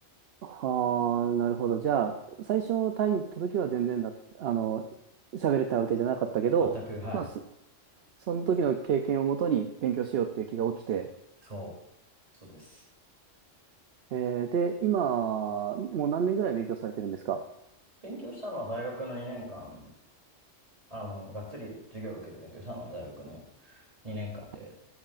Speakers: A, on the right; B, on the right.
A: はあ、なるほど。じゃあ、最初タイに行った時は全然だ、あの、喋れたわけじゃなかったけど、
B: 全く、はい。
A: まあ、そ、その時の経験をもとに勉強しようっていう気が起きて、
B: そう、そうです。
A: えーで、今、もう何年ぐらい勉強されてるんですか
B: 勉強したのは大学の2年間、あの、がっつり授業を受けて勉強したのは大学の2年間で、
A: はい